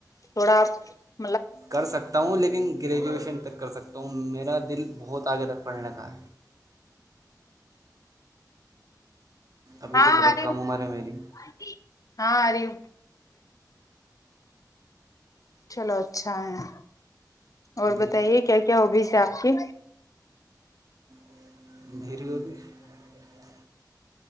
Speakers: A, on the left; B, on the right.
A: تھوڑا آ
B: کر سکتا ہوں لیکن گریجویشن تک کر سکتا ہوں میرا دل بہت آگے تک پڑنے کا ابھی
A: ہاں
B: تو بہت
A: ارہی
B: کم عمر ہے میری
A: ہاں ارہی ہوں چلو اچھا ہے اور
B: جی
A: بتائیے کیا کیا ہوگی سے آپ کی
B: <unintelligible>